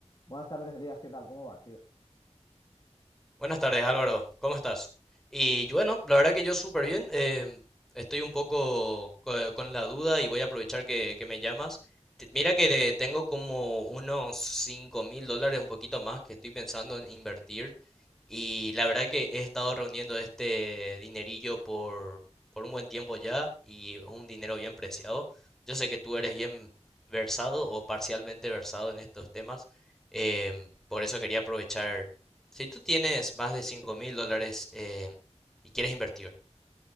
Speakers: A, on the left; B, in the centre.
A: Buenas tardes, Elías, ¿qué tal? ¿Cómo vas, tío?
B: Buenas tardes, Álvaro. ¿Cómo estás? Y yo, bueno, la verdad que yo súper bien. eh, estoy un poco co- con la duda y voy a aprovechar que, que me llamas. Te- Mira que le tengo como unos cinco mil dólares, un poquito más, que estoy pensando en invertir. Y la verdad que he estado reuniendo este dinerillo por, por un buen tiempo ya y es un dinero bien preciado. Yo sé que tú eres bien versado o parcialmente versado en estos temas. em, por eso quería aprovechar. Si tú tienes más de cinco mil dólares eh, y quieres invertir,